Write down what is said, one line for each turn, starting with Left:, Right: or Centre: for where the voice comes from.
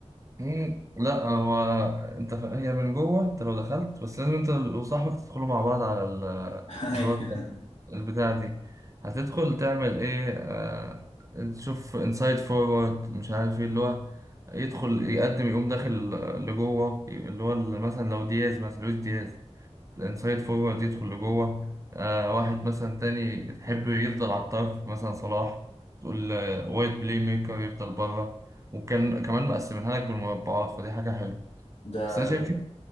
Right: مم، لا هو انت ف... هي من جوه انت لو دخلت بس لازم انت وصاحبك تدخلوا مع بعض على ال-
Left: <laughs>
Right: اللي
Left: أيوة.
Right: هو البتاعة دي هتدخل تعمل ايه آه... تشوف انسايد فورورد مش عارف ايه اللي هو يدخل يقدم يقوم داخل لجوه اللي هو مثلا لو دياز مثلا لويس دياز الانسايد فورورد يدخل لجوه آه واحد مثلا تاني يحب يفضل على الطرف مثلا صلاح تقول وايت بلاي ميكر يفضل بره وكان كمان مقسمينها لك بالمربعات فدي حاجة حلوة
Left: ده
Right: بس أنا شايف
Left: ده